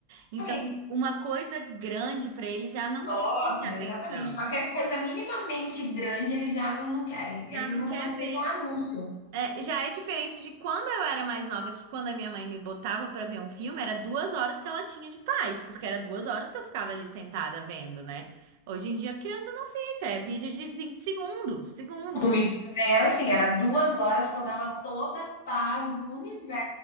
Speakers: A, on the right; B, on the left.
A: Então,
B: Exatamente,
A: uma coisa grande para eles já não
B: Toques,
A: prende atenção.
B: exatamente, qualquer coisa minimamente grande eles já não, não querem,
A: Já
B: eles
A: não
B: não
A: quer
B: aceitam
A: ver.
B: anúncio.
A: É, já é diferente de quando eu era mais nova, que quando a minha mãe me botava para ver um filme, era duas horas que ela tinha de paz, porque era duas horas que eu ficava ali sentada vendo, né? Hoje em dia a criança não fica, é vídeo de 20 segundos, segundo.
B: Comigo também era assim, era duas horas que eu dava toda a paz do universo